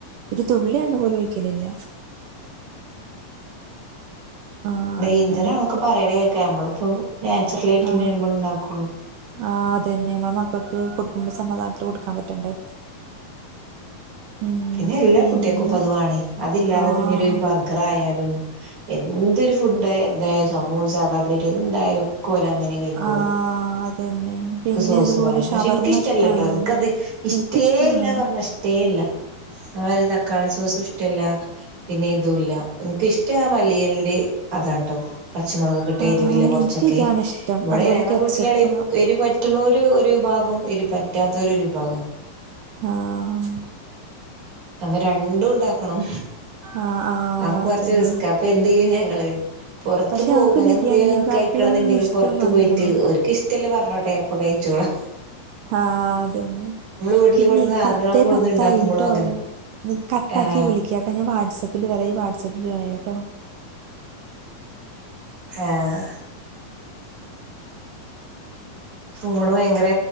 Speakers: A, on the right; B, on the right.
A: ഒരു തുള്ളി എണ്ണ പോലും ഒയ്ക്കലില്ല ആ
B: ഡേഞ്ചറാന്നൊക്കെ
A: അങ്ങനെ
B: പറയണ കേക്ക നമ്മളിപ്പോ നാച്ചുറൽ ആയിട്ടല്ലേ
A: ആ
B: നമ്മൾ ഉണ്ടാക്കുള്ളു
A: ആ അതന്നെ നമ്മളെ മക്കൾക്ക് കൊടുക്കുമ്പോൾ സമാധാനത്തിൽ കൊടുക്കാൻ പറ്റണ്ടേ ഉം
B: പിന്നെ എല്ലാ
A: പിന്നെ
B: കുട്ടികൾക്കും ഇപ്പത് വേണേ അതില്ലാതെ
A: ആ
B: പിന്നൊരു ബർഗർ ആയാലും എന്തൊരു ഫുഡ എന്തായ സമൂസ കട്ട്ലറ്റ് എന്തായാലും ഓര് അങ്ങനെ കഴിക്കോളൂ
A: ആ അതന്നെ
B: ഓൽക്ക്
A: പിന്നെ
B: സോസ്
A: അതുപോലെ
B: വേണം പക്ഷെ
A: ഷവർമ്മ
B: എനിക്കിഷ്ടല്ലട്ടോ
A: ഇഷ്ടാണ്
B: എനിക്കത് ഇഷ്ടേയല്ല
A: എനിക്കിഷ്ടാണ്
B: പറഞ്ഞ ഇഷ്ടേയല്ല ആ ഒരു തക്കാളി സോസും ഇഷ്ടല്ല പിന്നെ ഇതും ഇല്ല എനിക്കിഷ്ട ആ മല്ലിയലിന്റെ അതാണ്ട്ട്ടോ പച്ചമുളകൊക്കേട്ട്
A: ആ
B: എരിവില്ല കുറച്ചൊക്കെ
A: എനിക്ക് ഇതാണ് ഇഷ്ടം
B: ഇവിടെ
A: അതുപോലെ
B: ഞങ്ങളെ
A: കെച്ചപ്പ്
B: വീട്ടിലാണ് എരി പറ്റുണോരു ഒരു വിഭാ ഗം എരി പറ്റാത്ത ഒരു വിഭാഗ
A: ആഹ്
B: അപ്പൊ രണ്ടും ഉണ്ടാക്കണം
A: ആ ആ
B: അപ്പൊ കൊറച്ച്
A: അതന്നെ
B: റിസ്ക് അപ്പൊ എന്ത് ചെയ്യും ഞാ ങ്ങള് പൊറത്ത്
A: പക്ഷെ
B: പോകും
A: ഞങ്ങക്ക്
B: അങ്ങനെന്തങ്കി
A: ബിരിയാണിനെക്കാട്ടിലും
B: കഴിക്കണ എന്നുണ്ടെങ്കിൽ
A: ഇഷ്ടം
B: പുറത്തു
A: മന്തിയാണ്
B: പോയിട്ട് ഒർക്ക് ഇഷ്ടല്ലെ പറഞ്ഞോട്ടെ അപ്പൊ കഴിച്ചോളാ
A: ആഹ് അതന്നെ
B: വീട്ടിൽ
A: പിന്നെ
B: കൊടുന്ന സാധനങ്ങളൊക്കെ
A: പത്തേ
B: കൊടുന്ന്
A: പത്തായിട്ടോ
B: ഉണ്ടാക്കുമ്പോളും അങ്ങനെ
A: കട്ടാക്കി
B: ആഹ്
A: വിളിക്കാട്ടോ ഞാൻ വാട്സാപ്പില് വരാ ഈ വാട്സാപ്പില് വായോട്ടോ
B: ആഹ് ഫോണ് ഭയങ്കര